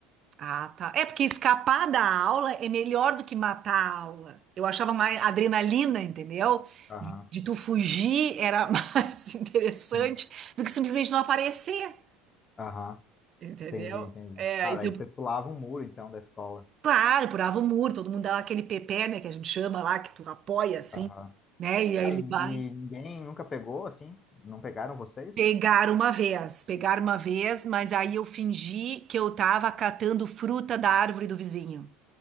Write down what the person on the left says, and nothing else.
Aham.
Sim.
Aham.
Entendi, entendi.
Tá,
daí você pulava um muro então da escola.
Aham.
Tá,
e, e
ninguém nunca pegou assim? Não pegaram vocês?